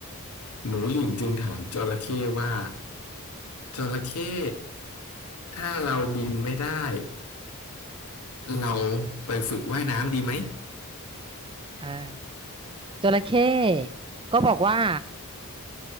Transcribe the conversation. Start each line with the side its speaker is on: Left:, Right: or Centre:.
Left: หนูหลิงจึงถามจระเข้ว่าจระเข้ถ้าเราบินไม่ได้เราไปฝึกว่ายน้ำดีไหม
Right: อ่าจระเข้ก็บอกว่า